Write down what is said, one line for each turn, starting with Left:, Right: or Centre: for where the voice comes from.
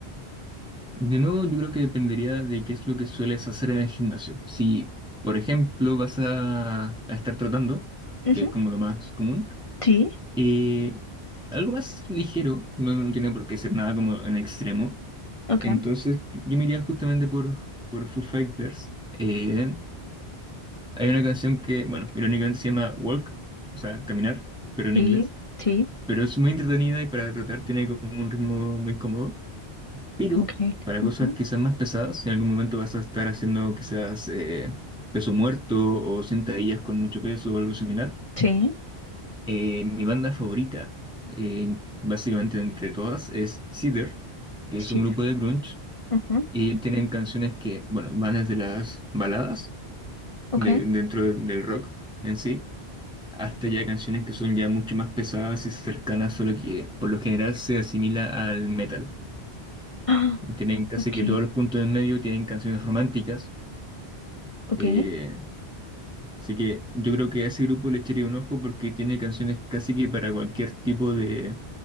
Centre: De nuevo, yo creo que dependería de qué es lo que sueles hacer en el gimnasio. Si, por ejemplo, vas a, a estar trotando,
Left: Ujú,
Centre: que es como lo más común,
Left: Sí,
Centre: eh, algo más ligero, no, no tiene por qué ser nada como en extremo
Left: ok.
Centre: Entonces, yo me iría justamente por, por Foo Fighters. Eh, hay una canción que, bueno, irónicamente se llama Walk, o sea, caminar, pero en
Left: Sí,
Centre: inglés.
Left: sí,
Centre: Pero es muy entretenida y para tratar tiene como un ritmo muy cómodo. Pero
Left: increíble.
Centre: para
Left: Ujú.
Centre: cosas quizás más pesadas, en algún momento vas a estar haciendo quizás eh, peso muerto o sentadillas con mucho peso o algo similar.
Left: Sí,
Centre: Eh, mi banda favorita, eh, básicamente entre todas, es Cedar, que
Left: cheater.
Centre: es un grupo de grunge
Left: Ujú,
Centre: Y ellos tienen canciones que, bueno, van desde las baladas
Left: Ok.
Centre: de, dentro de- del rock en sí, hasta ya canciones que son ya mucho más pesadas y cercanas, solo que por lo general se asimila al metal.
Left: Ah,
Centre: Tienen casi
Left: ok,
Centre: que todos los puntos en medio, tienen canciones románticas,
Left: ok.
Centre: eh, Así que yo creo que a ese grupo le echaría un ojo porque tiene canciones casi que para cualquier tipo de